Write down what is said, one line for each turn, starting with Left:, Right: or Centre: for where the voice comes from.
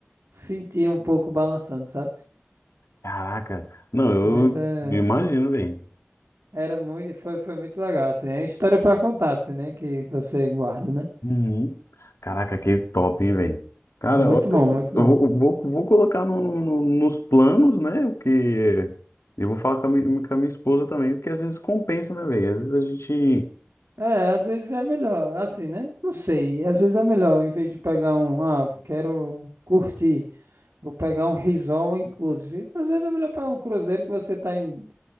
Right: sentia um pouco balançando, sabe?
Left: Caraca. Não,
Right: Mas
Left: eu
Right: é,
Left: imagino, velho.
Right: era muito, foi, foi muito legal, assim. É história pra contar, assim, né? Que, que você guarda, né?
Left: Uhum. Caraca, que top, hein, velho? Cara,
Right: Muito
Left: eu
Right: bom, muito
Left: eu
Right: bom.
Left: vou, eu vou vou colocar no- no- nos planos, né? O que eu vou falar com a, mi- com a minha esposa também, porque às vezes compensa, né, velho? Às vezes a gente.
Right: É, às vezes é melhor, assim, né? Não sei, às vezes é melhor, em vez de pegar um, ah, quero curtir, vou pegar um resort inclusive. Às vezes é melhor pegar um cruzeiro que você tá em